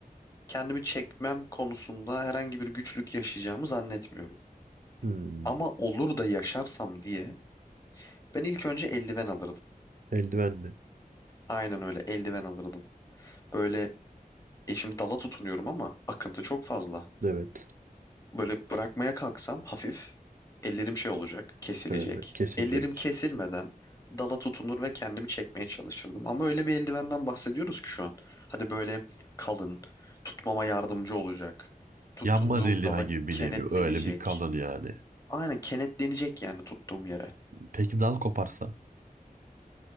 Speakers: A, on the left; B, on the right.
A: Kendimi çekmem konusunda herhangi bir güçlük yaşayacağımı zannetmiyorum.
B: Hmm.
A: Ama olur da yaşarsam diye ben ilk önce eldiven alırdım.
B: Eldiven mi?
A: Aynen öyle eldiven alırdım. Böyle e şimdi dala tutunuyorum ama akıntı çok fazla.
B: Evet.
A: Böyle bırakmaya kalksam hafif ellerim şey olacak, kesilecek.
B: Ha, kesilecek.
A: Ellerim kesilmeden dala tutunur ve kendimi çekmeye çalışırdım. Ama öyle bir eldivenden bahsediyoruz ki şu an. Hani böyle kalın, tutmama yardımcı olacak. Tutunduğum
B: Yanmaz eldiven
A: dala
B: gibi bir
A: kenetlenecek.
B: nevi. Öyle bir kalın yani.
A: Aynen kenetlenecek yani tuttuğum yere.
B: Peki dal koparsa?